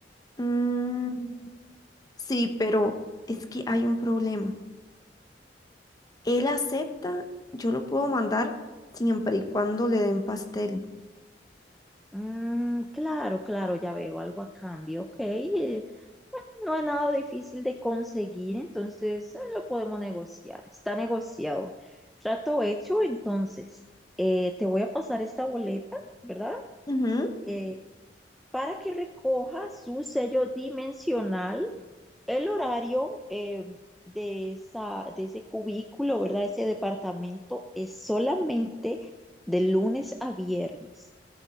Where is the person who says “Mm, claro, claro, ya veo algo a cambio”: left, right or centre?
Centre